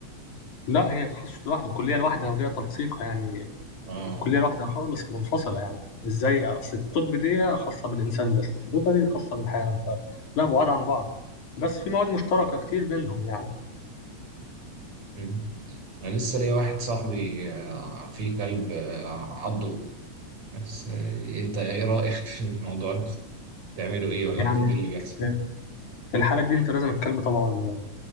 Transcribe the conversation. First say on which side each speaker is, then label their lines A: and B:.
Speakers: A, on the left (about 85°); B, on the right (about 65°).
A: لا هي تخصص لوحده كلية لوحدها وليها تنسيقها يعني
B: أه
A: كلية لوحدها خالص منفصلة يعني ازاي اصل الطب دي خاصة بالإنسان بس بيطري خاصة بالحيوان فلا بعاد عن بعض بس في مواد مشتركة كتير بينهم يعني
B: مم. أنا لسه ليا واحد صاحبي آه، فيه كلب آه، عضه بس آه، أنت إيه رأيك <laughs> في الموضوع ده؟ بتعملوا إيه ولا
A: يعني
B: المفروض إيه اللي بيحصل؟
A: في في الحالة دي انت لازم الكلب طبعا